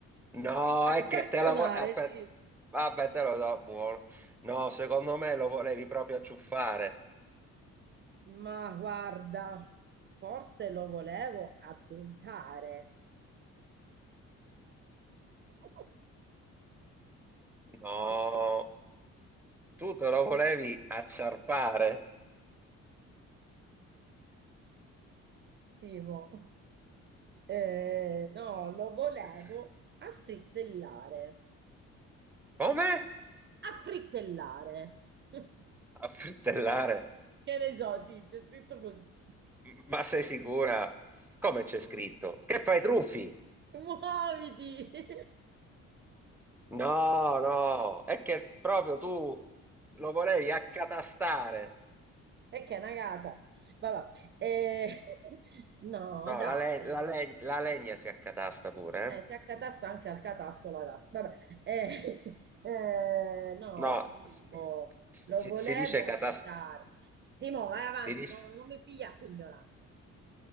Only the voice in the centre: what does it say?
No,
è che te la vuoi... Aspetta,
vabbè, te lo do, buono. No, secondo me lo volevi proprio acciuffare.
No,
tu te lo volevi acciarpare.
<laughs>
Come?
Affrittellare.
Ma sei sicura? Come c'è scritto? Che fai truffi?
No, no, è che proprio tu lo volevi accatastare.
No,
la, le- la le- la legna si accatasta pure,
eh?
No,
si,
si-
si dice
catas-
si dice,